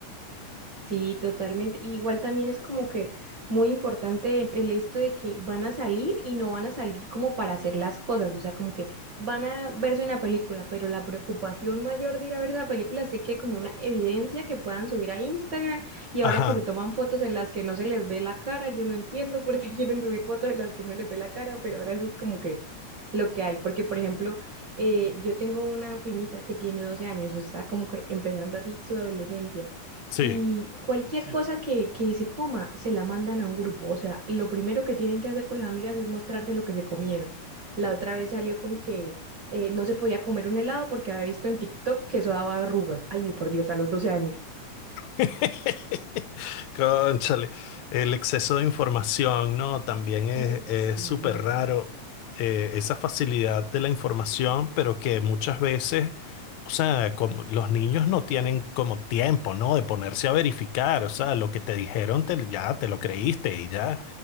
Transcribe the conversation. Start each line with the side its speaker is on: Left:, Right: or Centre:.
Right: Sí, totalmente. Y Igual también es como que muy importante el, el esto de que van a salir y no van a salir como para hacer las cosas, o sea, como que van a verse una película, pero la preocupación mayor de ir a ver esa película es que quede como una evidencia que puedan subir a Instagram y
Left: Ajá,
Right: ahora que se toman fotos en las que no se les ve la cara, yo no entiendo por qué <laughs> quieren subir fotos en las que no les ve la cara, pero ahora eso es como que lo que hay, porque por ejemplo, eh, yo tengo una primita que tiene 12 años, o sea, como que empezando así su adolescencia
Left: sí.
Right: y cualquier Sí. cosa que, que se coma se la mandan a un grupo. O sea, lo primero que tienen que hacer con las amigas es mostrarse lo que se comieron. La otra vez salió con que eh, no se podía comer un helado porque había visto en TikTok que eso daba arrugas. Ay, por Dios, a los doce años.
Left: <laughs> Cónchale, el exceso de información, ¿no? También es,
Right: <laughs>
Left: es
Right: Sí.
Left: súper raro eh, esa facilidad de la información, pero que muchas veces, o sea, como los niños no tienen como tiempo, ¿no? De ponerse a verificar, o sea, lo que te dijeron, te- ya te lo creíste y ya,